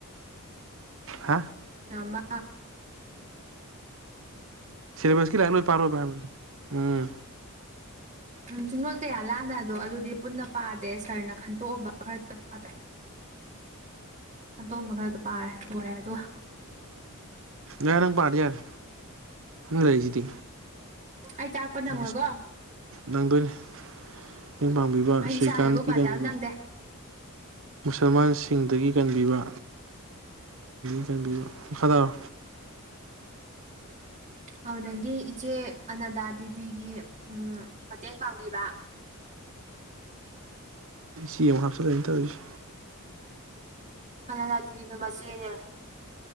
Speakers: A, on the right; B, on the right.
A: ꯍꯥ
B: ꯃ
A: ꯁꯤꯂꯦꯕꯁꯀꯤ ꯂ ꯂꯣꯏ ꯄꯔ ꯄ ꯎꯝ
B: ꯎꯝ ꯆꯤꯡꯂꯣꯟ ꯀꯌꯥ ꯂꯥꯟꯅ ꯑꯗꯣ ꯑꯗꯨꯗꯤ ꯄꯨꯟꯅ ꯄꯥꯗꯦ ꯁꯔꯅ ꯈꯟꯇꯣꯛꯑꯝꯕ ꯈꯔꯗꯨꯗ ꯄꯥ ꯑꯟꯇꯣꯝꯕ ꯈꯔꯗ ꯄꯥꯔꯦ ꯂꯣꯏꯔꯦ ꯑꯗꯨꯒ
A: ꯌꯥꯔ ꯄꯥ ꯌꯥꯔ ꯂꯩꯁꯤꯇ
B: ꯑꯩ ꯇꯥꯛꯄ ꯅꯪꯉꯣꯏꯀꯣ
A: ꯑ ꯅꯪꯗꯅ ꯃꯇꯦꯡ ꯄꯥꯡꯕꯤꯕ
B: ꯑꯩ
A: ꯁ꯭ꯔꯤꯀꯥꯟꯀꯤ
B: ꯏꯁꯥꯒꯤꯕꯨ ꯄꯥꯖꯕ
A: ꯀꯕꯤꯕ
B: ꯅꯪꯗꯦ
A: ꯃꯨꯁꯜꯃꯥꯟꯁꯤꯡꯗꯒꯤ ꯀꯟꯕꯤꯕ ꯆꯪꯕꯤꯕꯣ ꯃꯈꯥ ꯇꯥꯔꯣ
B: <unintelligible> ꯑꯗꯨ ꯅꯪꯒꯤ ꯏꯆꯦ ꯑꯅꯥꯗꯥ ꯗꯦꯗꯤꯒꯤ ꯎ ꯃꯇꯦꯡ ꯄꯥꯡꯕꯤꯕ
A: ꯁꯤꯛ ꯍꯥꯞꯁꯂ ꯏꯇꯁ
B: ꯑꯅ ꯑꯗꯨꯅꯤꯅ ꯃꯁꯅꯦ